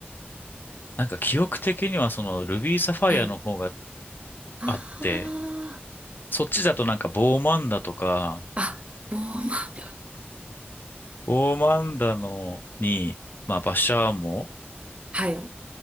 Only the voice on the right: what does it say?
はい。あ
あ、あ、ボーマン。
はい。